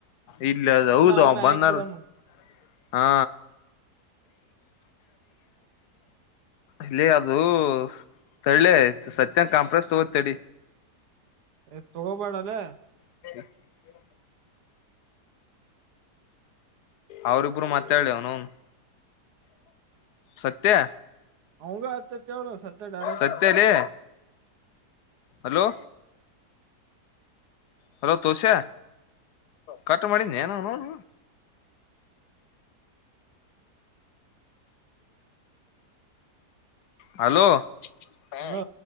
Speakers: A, on the left; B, on the right.
A: ಇಲ್ಲಿ ಅದು ಹೌದ
B: ಅವನ
A: ಬಂದಾರ
B: ಹಾಕ್ ಬಿಡಮ್
A: <inaudible> ಹಾ ಇಲ್ಲಿ ಅದು ತಡಿಲೇ ಅಯ್ತು ಸತ್ಯನ್ ಕಾಂಪ್ರೆಸ್ ತಗೋತಡಿ
B: ಹೇ ತಗೋಬೇಡ <unintelligible>
A: <unintelligible> ಅವರಿಬ್ಬರು ಮಾತಾಡ್ಲಿ ಅವ್ನು ಅವ್ನು ಸತ್ಯ
B: <unintelligible> ಕೇಳು ಸತ್ಯ ಡೈರೆಕ್ಟ್
A: ಸತ್ಯಲೇ ಹಲೋ ಹಲೋ ತುಷ ಕಟ್ ಮಾಡಿ ಏನೋ <unintelligible> ಹಲೋ ಹಾ
B: ಹಲೋ